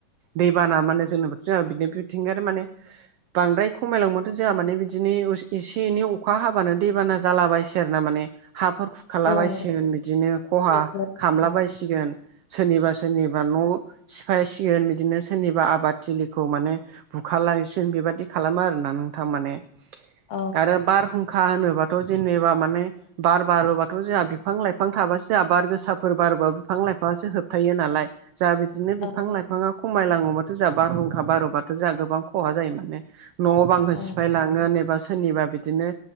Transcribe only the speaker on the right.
दैबाना माने जोंनि जों बिदिनो बिथिं आरो माने बांद्राय खमायलांबाथ' जोंहा माने बिदिनि उस एसे एनै अखा हाबानो दैबाना जालाबायसै आरो ना माने। हाफोर खुरखाला
बायसिगोन बिदिनो खहा
खामला
बायसिगोन सोरनिबा सोरनिबा न' सिफायसि <unintelligible> बिदिनो सोरनिबा आबाद थिलिखौ माने बुखारलाांसिन बेबायादि खालामो आरोना नोंथां माने
आरो बारहुंखा खा होनोबाथ' जेनेबा माने बार बारोबाथ' जोंहा बिफां लाइफां थाबासो जोंहा बार गोसाफोर बारोबा बिफां लाइफांङासो होबथायो नालाय। जा बिदिनो
बिफां लाइ बिफांङा खमायलाङोबाथ' जोंहा बारहुंखा बारबाथ' जोंहा गोबां खहा जायो माने न बांखौ
सिफायलां ना नेबा सोरनिबा बिदिनो